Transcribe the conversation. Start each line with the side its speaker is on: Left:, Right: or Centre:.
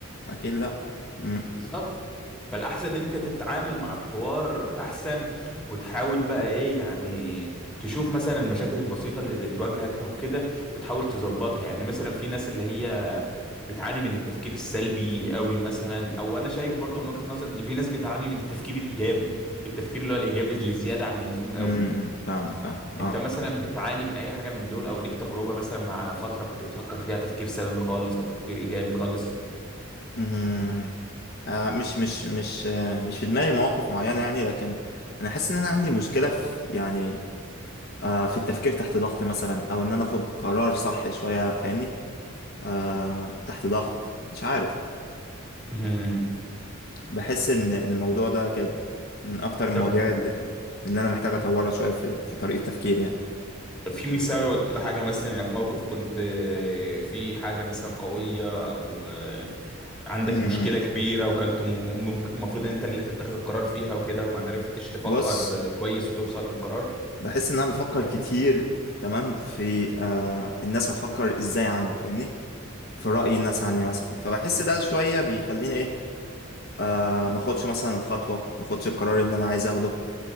Left: اكيد لا امم
Centre: بالظبط فالاحسن ان انت تتعامل مع الحوار احسن وتحاول بقى ايه يعني تشوف مثلا المشاكل البسيطة اللي بتواجهك او كده وتحاول تظبطها يعني مثلا في ناس اللي هي بتعاني من التفكير السلبي قوي مثلا او انا شايف برضو من وجهة نظر ان في ناس بتعاني من التفكير الايجابي التفكير اللي هو الايجابي اللي زيادة عن اللزوم قوي
Left: امم إمم، إمم. فاهمك فاهم اه
Centre: انت مثلا بتعاني من اي حاجة من دول او ليك تجربة مثلا مع فترة كنت بتفكر فيها تفكير سلبي خالص او تفكير ايجابي خالص
Left: امم آه مش مش مش آه مش في دماغي مواقف معينة يعني لكن انا حاسس ان انا عندي مشكلة في يعني آه في التفكير تحت ضغط مثلا او ان انا اخد قرار صح شوية فاهمني آه تحت ضغط مش عارف
Centre: مم.
Left: بحس ان الموضوع ده كان من اكتر المواضيع
Centre: طب
Left: اللي اللي انا محتاج اطورها شويه في في طريقه تفكيري يعني
Centre: في مثال ولا حاجة مثلا يعني في موقف كنت آه، في حاجة مثلا قوية او آه، عندك
Left: م- م.
Centre: مشكلة كبيرة وكنت مم- ممكن- المفروض انت اللي تتخذ القرار فيها وكده وما عرفتش تفكر
Left: بص
Centre: كويس وتوصل للقرار
Left: بحس ان انا بفكر كتير تمام في آه الناس هتفكر ازاي عني فاهمني في رأي الناس عني مثلا فبحس ده شويه بيخليني ايه آه ما اخدش مثلا الخطوه ما اخدش القرار اللي انا عايز اخده